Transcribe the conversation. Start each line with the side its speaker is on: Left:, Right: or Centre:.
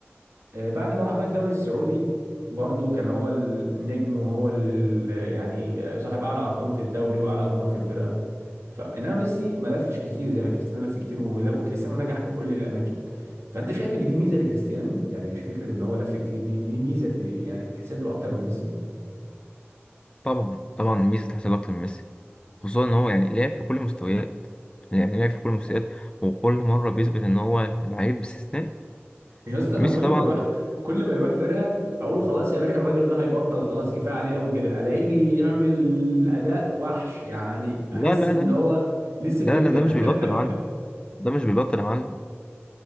Right: آه، بعد ما راح بقى الدوري السعودي برضو كان هو النجم وهو ال- يعني صاحب اعلى ارقام في الدوري واعلى ارقام في الفرقه فانما ميسي ما لفش كتير زي ما كريستيانو لف كتير ولا- وكريستيانو نجح في كل الاماكن فانت شايف ان دي ميزه لكريستيانو يعني مش فكره ان هو لف كتير دي دي ميزه ت- يعني تتحسب له اكتر من ميسي
Left: طبعا طبعا ميسي تحصل اكتر من ميسي خصوصا ان هو يعني لعب في كل المستويات يعني لعب في كل المستويات وكل مره بيثبت ان هو لعيب استثنائي
Right: يا اسطى انا
Left: ميسي
Right: كل
Left: طبعا
Right: ما اروح كل ما يروح فرقه اقول خلاص يا باشا الراجل ده هيبطل خلاص كفايه عليه قوي كده الاقيه بيعمل اداء وحش يعني احس
Left: لا لا
Right: ان
Left: لا
Right: هو لسه
Left: لا
Right: بيبدأ
Left: لا ده مش بيبطل يا معلم
Right: <laughs>
Left: ده مش بيبطل يا معلم